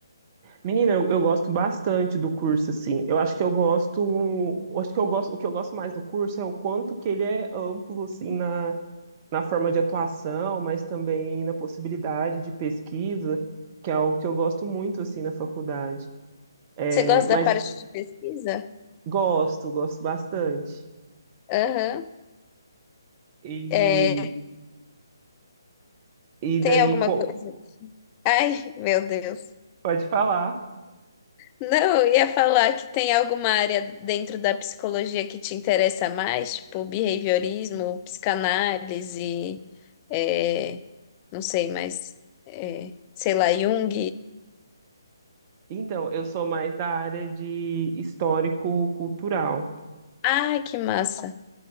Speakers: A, on the right; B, on the left.
A: Menina, eu, eu gosto bastante do curso, assim. Eu acho que eu gosto, eu acho que eu gosto, o que eu gosto mais do curso é o quanto que ele é amplo, assim, na, na forma de atuação, mas também na possibilidade de pesquisa, que é algo que eu gosto muito, assim, na faculdade.
B: Você
A: É,
B: gosta
A: mas
B: da parte de pesquisa?
A: gosto, gosto bastante.
B: Aham.
A: E,
B: É,
A: e daí,
B: tem alguma
A: co-
B: coisa? Ai, meu Deus.
A: pode falar.
B: Não, eu ia falar que tem alguma área dentro da psicologia que te interessa mais, tipo behaviorismo, psicanálise, é, não sei, mas é, sei lá, Jung.
A: Então, eu sou mais da área de histórico-cultural.
B: Ah, que massa!